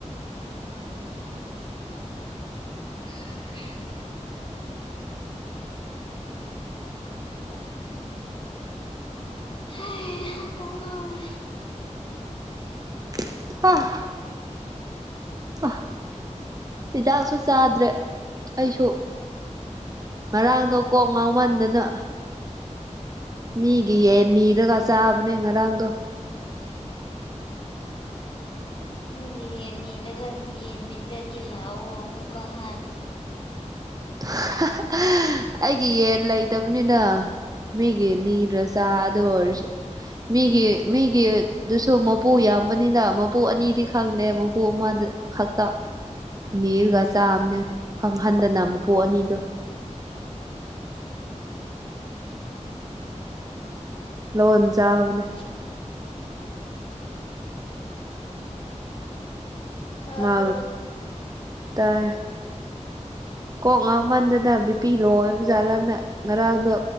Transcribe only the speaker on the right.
<unintelligible> ꯑ ꯍꯤꯗꯥꯛꯁꯨ ꯆꯥꯗ꯭ꯔꯦ ꯑꯩꯁꯨ ꯉꯥꯔꯥꯡꯗꯣ ꯀꯣꯛ ꯉꯥꯎꯃꯟꯗꯅ ꯃꯤꯒꯤ ꯌꯦꯟ ꯅꯤꯔꯒ ꯆꯥꯕꯅꯦ ꯉꯔꯥꯡꯗꯣ
ꯍꯥ ꯍꯥ ꯑꯩꯒꯤ ꯌꯦꯟ ꯂꯩꯇꯕꯅꯤꯅ ꯃꯤꯒꯤ ꯅꯤꯗ꯭ꯔꯥ ꯆꯥꯗꯨ ꯑꯣꯢꯔꯁꯨ ꯃꯤꯒꯤ ꯃꯤꯒꯤ ꯗꯨꯁꯨ ꯃꯄꯨ ꯌꯥꯝꯕꯅꯤꯅ ꯃꯄꯨ ꯑꯅꯤꯗꯤ ꯈꯪꯗꯦ ꯃꯄꯨ ꯑꯃꯗ ꯈꯛꯇ ꯅꯤꯔꯒ ꯆꯥꯝꯅꯦ ꯈꯪꯍꯟꯗꯅ ꯃꯄꯨ ꯑꯅꯤꯗꯣ ꯂꯣꯟ ꯆꯥꯕꯅꯦ
ꯃꯥ ꯇꯥꯏ ꯀꯣꯛ ꯉꯥꯎꯃꯟꯗꯅ ꯕꯤꯄꯤ ꯂꯣ ꯑꯣꯢꯕꯖꯥꯠꯂꯅ ꯉꯔꯥꯡꯗꯣ